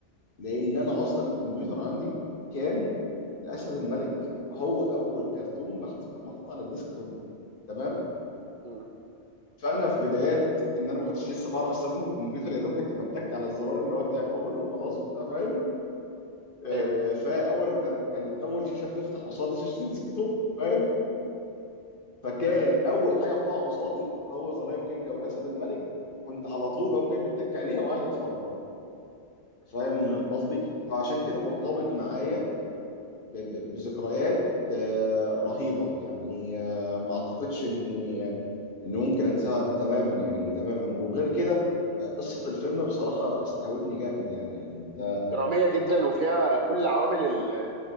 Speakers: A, on the left (about 50°); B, on the right (about 55°).
A: لان انا اصلا الكمبيوتر عندي كان الاسد الملك هو اول كرتون محطوط كان محطوط على الديسك توب تمام
B: مم.
A: فانا في بدايات ان انا ما كنتش لسه بعرف استخدم الكمبيوتر يا دوب كنت بتك على الزرار اللي هو بتاع الاوبن وخلاص وبتاع فاهم آه،
B: ايوه
A: فاول ما كان كانت اول شاشه بتفتح قصاد شاشه الديسكتوب فاهم فكان اول حاجه بتقع قصادي هو ذا لايون كينج او الاسد الملك كنت على طول بقوم جاي بتك عليها وقاعد اتفرج فاهم
B: مم.
A: قصدي فعشان كده مرتبط معايا ب- ب- بذكريات آه، رهيبه يعني آه، ما اعتقدش اني ان ممكن انساها تماما يعني تماما وغير كده آه، قصه الفيلم بصراحه استهوتني جامد يعني يعني انت
B: درامية جدا وفيها كل عوامل ال-